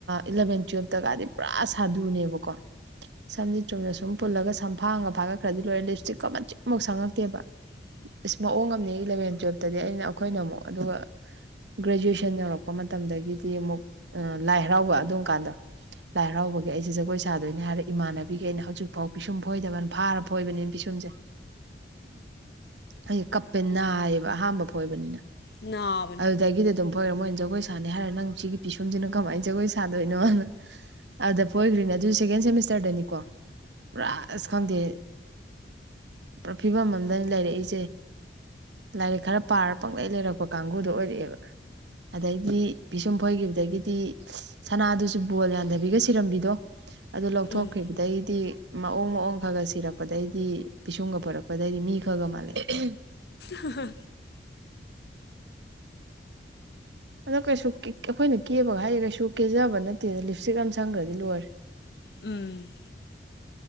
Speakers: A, on the right; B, on the left.
A: ꯏꯂꯚꯦꯟ ꯇꯨꯋꯦꯜꯞꯇꯒꯗꯤ ꯄꯨꯔꯥ ꯁꯥꯗꯨꯅꯦꯕꯀꯣ ꯁꯝꯖꯤ ꯆꯨꯝꯅ ꯁꯨꯝ ꯄꯨꯜꯂꯒ ꯁꯝꯐꯥ ꯑꯝꯒ ꯐꯥꯒꯠꯈ꯭ꯔꯗꯤ ꯂꯣꯏꯔꯦ ꯂꯤꯞ ꯏꯁꯇꯤꯛꯀ ꯃꯆꯦꯠ ꯑꯝꯐꯥꯎ ꯁꯪꯉꯛꯇꯦꯕ
B: <unintelligible>
A: ꯏꯁ ꯃꯑꯣꯡ ꯑꯝꯅꯦ ꯏꯂꯦꯚꯦꯟ ꯇꯨꯋꯦꯜꯐ ꯇꯗꯤ ꯑꯩꯅ ꯑꯩꯈꯣꯏꯅ ꯑꯃꯨꯛ ꯑꯗꯨꯒ ꯒ꯭ꯔꯦꯖꯨꯑꯦꯁꯟ ꯌꯧꯔꯛꯄ ꯃꯇꯝꯗꯒꯤ ꯇꯤ ꯑꯃꯨꯛ ꯂꯥꯏ ꯍꯔꯥꯎꯕ ꯑꯗꯨꯝ ꯀꯥꯟꯗꯨ ꯂꯥꯏ ꯍꯔꯥꯎꯕꯒꯤ ꯑꯩꯁꯦ ꯖꯒꯣꯏ ꯁꯥꯗꯣꯏꯅꯤ ꯍꯥꯏꯔ ꯏꯃꯥꯟꯅꯕꯤꯒꯩꯅ ꯍꯧꯖꯤꯛꯐꯥꯎ ꯄꯤꯁꯨꯝ ꯐꯣꯏꯗꯕꯅ ꯐꯥꯔꯕ ꯐꯣꯏꯕꯅꯦ ꯄꯤꯁꯨꯝꯁꯦ ꯑꯩꯁꯦ ꯀꯞꯄꯦ ꯅꯥꯏꯌꯦꯕ ꯑꯍꯥꯟꯕ ꯐꯣꯏꯕꯅꯤꯅ
B: ꯅꯥ
A: ꯑꯗꯨꯗꯒꯤꯗꯤ ꯑꯗꯨꯝ ꯐꯣꯏꯈꯔꯦ ꯃꯣꯏꯅ ꯖꯒꯣꯏ ꯁꯥꯅꯤ ꯍꯥꯏꯔꯦ ꯅꯪ ꯁꯤꯒꯤ ꯄꯤꯁꯨꯝꯁꯤꯅ ꯀꯃꯥꯏꯅ ꯖꯒꯣꯏ ꯁꯥꯗꯣꯏꯅꯣꯅ ꯑꯥꯗ ꯐꯣꯏꯒ꯭ꯔꯤꯅꯤ ꯑꯗꯨ ꯁꯦꯀꯦꯟ ꯁꯦꯃꯤꯁꯇꯔꯗꯅꯤꯀꯣ ꯄꯨꯔꯥ ꯑꯁ ꯈꯪꯗꯦ ꯄꯨꯔꯥ ꯐꯤꯕꯝ ꯑꯃꯗꯅꯤ ꯂꯩꯔꯛꯏꯁꯦ ꯂꯥꯏꯔꯤꯛ ꯈꯔ ꯄꯥꯔ ꯄꯪꯂꯩ ꯂꯩꯔꯛꯄ ꯀꯥꯡꯒꯨꯗꯣ ꯑꯣꯏꯔꯛꯑꯦꯕ ꯑꯗꯩꯗꯤ ꯄꯤꯁꯨꯝ ꯐꯣꯏꯈꯤꯕꯗꯒꯤꯗꯤ ꯁꯅꯥꯗꯨꯁꯨ ꯕꯣꯜ ꯌꯥꯟꯊꯕꯤꯒ ꯁꯤꯔꯝꯕꯤꯗꯣ ꯑꯗꯨ ꯂꯧꯊꯣꯛꯈ꯭ꯔꯤꯕꯗꯩꯗꯤ
B: ꯎꯝ
A: ꯃꯑꯣꯡ ꯃꯑꯣꯡ ꯈꯔ ꯈꯔ ꯁꯤꯔꯛꯄꯗꯩꯗꯤ ꯄꯤꯁꯨꯝꯒ ꯐꯣꯏꯔꯛꯄꯗꯩꯗꯤ ꯃꯤ ꯈꯔ ꯈꯔ ꯃꯥꯜꯂꯛꯑꯦ
B: ꯍꯥ ꯍꯥ
A: ꯑꯗꯣ ꯀꯩꯁꯨ ꯑꯩꯈꯣꯏꯅ ꯀꯦꯕꯒ ꯍꯥꯏꯔꯤꯁꯦ ꯀꯩꯁꯨ ꯀꯦꯖꯕ ꯅꯠꯇꯦꯗ ꯂꯤꯞꯏꯁꯇꯤꯛ ꯑꯃ ꯁꯪꯈ꯭ꯔꯗꯤ ꯂꯣꯏꯔꯦ
B: ꯎꯝ